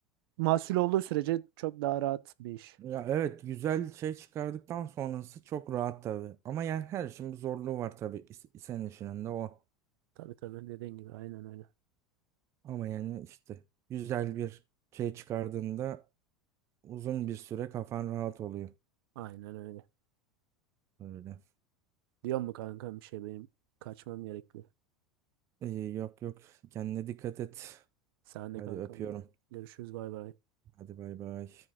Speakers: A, on the right; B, on the right.
A: Mahsul olduğu sürece çok daha rahat bir iş.
B: Ya evet güzel şey çıkardıktan sonrası çok rahat tabii. Ama yani her işin bir zorluğu var tabii is- senin işinin de o.
A: Tabii tabii dediğin gibi aynen öyle.
B: Ama yani işte güzel bir şey çıkardığında uzun bir süre kafan rahat oluyor.
A: Aynen öyle.
B: Öyle.
A: Diyor mu kankam bir şey benim kaçmam gerekli.
B: İyi, yok yok kendine dikkat et.
A: Sen de
B: Hadi
A: kankam.
B: öpüyorum.
A: Görüşürüz bay bay.
B: Hadi bay bay.